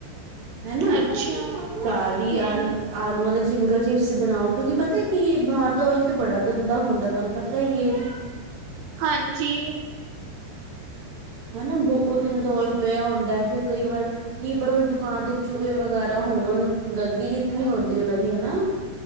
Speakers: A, on the right; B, on the right.
A: ਹੈ ਨਾ
B: ਅੱਛਾ
A: ਘਰ
B: ਹਮ
A: ਈ ਆ ਆਲੂਆਂ ਦੇ ਫਿੰਗਰ ਚਿਪਸ ਬਣਾਓ ਕਿਉਂਕਿ ਪਤਾ ਕੀ ਐ ਬਾਹਰ ਦਾ ਔਇਲ ਤਾਂ ਬੜਾ ਗੰਦਾ ਹੁੰਦਾ ਐ ਤੁਹਾਨੂੰ ਪਤਾ ਈ ਐ।
B: ਹਾਂਜੀ,
A: ਹਨਾ ਬਹੁਤ ਦਿਨਾਂ ਦਾ ਔਈਲ ਪਿਆ ਹੁੰਦਾ ਫੇਰ ਕਈ ਵਾਰ ਕੀ ਪਤਾ ਦੁਕਾਨ ਤੇ ਚੂਹੇ ਵਗੈਰਾ ਹੋਣ ਗੰਦਗੀ ਕਿਤਨੀ ਹੁੰਦੀ ਉਨਾਂ ਦੀ ਹਨਾ।